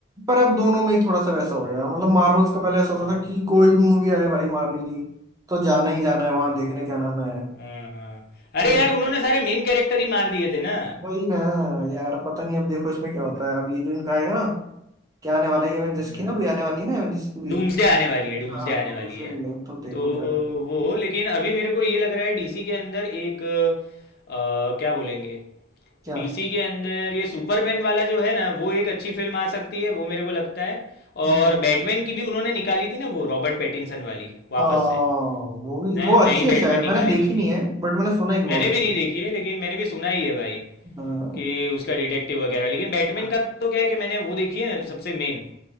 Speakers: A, on the right; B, on the left.
A: पर अब दोनों में ही थोड़ा सा वैसा हो गया मतलब मार्वल्स का पहले ऐसा होता
B: हाँ
A: था कि कोई भी मूवी आए भाई मार्वल की तो जाना ही जाना है वहां
B: हम्म।
A: देखने क्या नाम है
B: हाँ हाँ अरे
A: थिएटर
B: यार उन्होंने सारे मेन कैरेक्टर ही मार दिए थे ना
A: वही ना यार पता नहीं अब देखो इसमें क्या होता है अब ये जो इनका आएगा ना क्या आने वाला है एवेंजर्स
B: हम्म
A: की ना भी आने वाली है ना एवेंजर्स की भी
B: डूम्सडे आने वाली है डूम्सडे
A: हाँ
B: आने
A: दोनों
B: वाली
A: trailer
B: है
A: है, तो देखो
B: तो
A: क्या कर
B: वो लेकिन अभी मेरे को ये लग रहा है डीसी के अंदर एक अ, क्या बोलेंगे
A: क्या
B: डीसी के अंदर ये सुपरमैन वाला जो है ना वो एक अच्छी फिल्म आ सकती है वो मेरे को लगता है
A: हम्म
B: और बैटमैन की भी उन्होंने निकाली थी ना वो रॉबर्ट पैटिंसन वाली वापस
A: हाँ
B: से
A: वो भी
B: न-
A: वो अच्छी
B: नई
A: है
B: बैटमैन
A: शायद
B: निकाली
A: मैंने देखी
B: तो थी
A: नहीं है बट मैंने सुना है कि बहुत
B: मैंने
A: अच्छी
B: भी नहीं
A: है
B: देखी है लेकिन मैंने भी सुना ही है भाई
A: हाँ
B: कि उसका डिटेक्टिव वगैरह लेकिन बैटमैन
A: हाँ।
B: का तो क्या है कि मैंने वो देखी है ना सबसे मेन